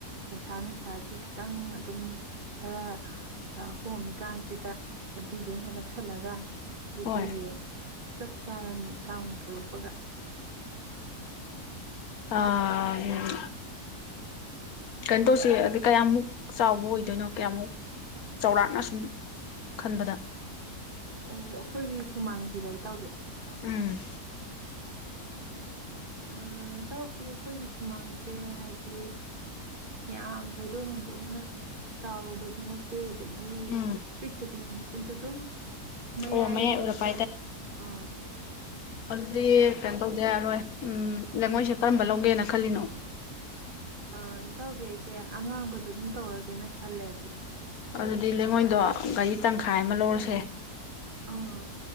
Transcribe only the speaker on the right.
ꯄꯩꯁꯥ ꯅꯨꯡꯁꯥꯁꯨ ꯈꯤꯇꯪ ꯑꯗꯨꯝ ꯈꯔ ꯀꯣꯝꯃꯤꯀꯥꯟꯁꯤꯗ ꯑꯗꯨꯗ ꯑꯣꯏꯅ ꯂꯧꯁꯤꯜꯂꯒ ꯑꯗꯨꯗꯤ
ꯍꯌꯦꯡ ꯆꯞ ꯆꯥꯔꯅꯤ ꯏꯥꯎꯅ ꯊꯣꯛꯂꯛꯄꯒ
ꯑꯣ ꯑꯩꯈꯣꯏꯒꯤ ꯁꯨꯃꯥꯡꯁꯤꯔ ꯏꯇꯥꯎꯕꯤ
ꯎꯝ ꯏꯇꯥꯎꯕꯤ ꯑꯩꯈꯣꯏꯒꯤ ꯁꯨꯃꯥꯡꯁꯦ ꯍꯥꯏꯗꯤ ꯌꯥꯝ ꯊꯣꯏꯗꯣꯛ ꯍꯦꯟꯗꯣꯛꯅ ꯆꯥꯎꯔꯨꯕꯁꯨ ꯅꯠꯇꯦ ꯑꯗꯒꯤ
ꯄꯤꯛꯇ ꯄꯤꯛꯃꯟꯕꯁꯨ ꯅꯠꯇꯦ ꯑꯗꯨꯝ ꯃꯌꯥꯏꯅꯦ
ꯍꯥꯏꯇꯥꯔꯦ ꯑꯥ
ꯑꯥ ꯏꯇꯥꯎꯕꯤ ꯑꯩꯁꯦ ꯑꯉꯥꯡꯕꯗꯣ ꯑꯗꯨꯝ ꯇꯧꯔꯒꯦꯅ ꯈꯜꯂꯦ ꯑꯗꯨꯗꯤ
ꯑꯥ